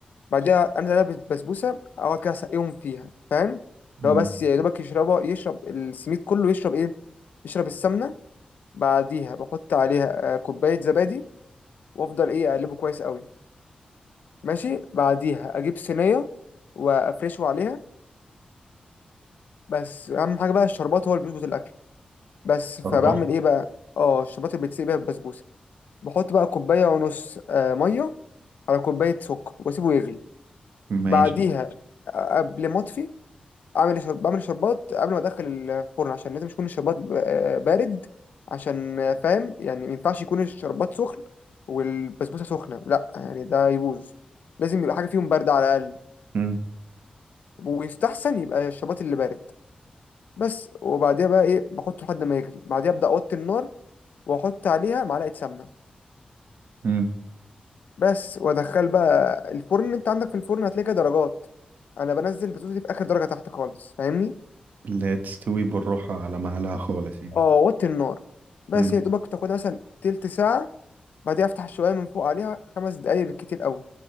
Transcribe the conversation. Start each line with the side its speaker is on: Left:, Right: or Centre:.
Left: بعديها أنزل عليها بالبسبوسة أقعد كده أسقيهم فيها فاهم
Right: مم.
Left: لو بس يا دوبك يشربها يشرب السميد كله يشرب إيه يشرب السمنة بعديها بحط عليها آه، كوباية زبادي وأفضل إيه أقلبه كويس قوي ماشي بعديها أجيب صينية وأفرشه عليها بس أهم حاجة بقى الشربات هو اللي بيظبط الأكل بس فبعمل
Right: أربعة
Left: إيه بقى اه الشربات اللي بتسيب بيها البسبوسة بحط بقى كوباية ونص آه، مية على كوباية سكر وأسيبه يغلي
Right: ماشي
Left: بعديها آه، قبل ما أطفي أعمل شر- بعمل شربات قبل ما أدخل الفرن عشان لازم يكون الشربات ب- آه، بارد عشان آه، فاهم يعني ما ينفعش يكون الشربات سخن والبسبوسة سخنة لأ يعني ده يبوظ لازم يبقى حاجة فيهم باردة على الأقل
Right: مم.
Left: ويستحسن يبقى الشربات اللي بارد بس وبعديها بقى إيه بحطه لحد ما يغلي بعديها أبدأ أوطي النار وأحط عليها معلقة سمنة
Right: مم.
Left: بس وادخل بقى الفرن انت عندك في الفرن هتلاقي كده درجات انا بنزل البطاطس دي في اخر درجه تحت خالص فاهمني
Right: لا تستوي بالراحة على مهلها خالص يعني
Left: اه وطي النار بس
Right: مم.
Left: يا دوبك تاخدها مثلا تلت ساعه بعديها افتح شويه من فوق عليها خمس دقايق بالكتير قوي